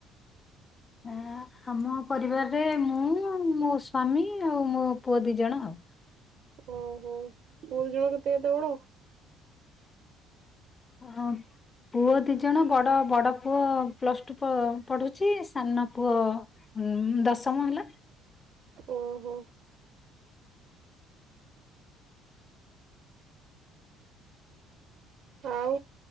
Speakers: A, on the left; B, on the right.
A: ଆ-ଆମ ପରିବାରରେ ମୁଁ ମୋ ସ୍ୱାମୀ ଆଉ ମୋ ପୁଅ ଦିଇ ଜଣ ଆଉ।
B: ଉଁ ହୁଁ ପୁଅଠୁ ଝିଅ କେତେ କେତେ ବଡ?
A: ହଁ ପୁଅ ଦି ଜଣ ବଡ ବଡ ପୁଅ ପ୍ଲସଟୁ ପଢୁଛି ସାନ ପୁଅ ଉଁ ଦଶମ ହେଲା।
B: ଓହୋ। ଆଉ